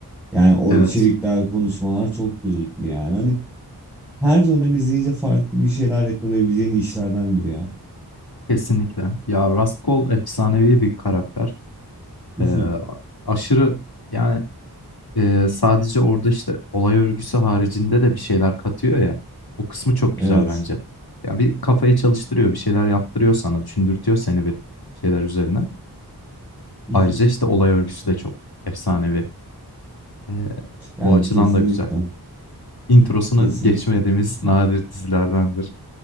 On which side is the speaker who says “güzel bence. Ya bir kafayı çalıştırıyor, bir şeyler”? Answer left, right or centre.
Left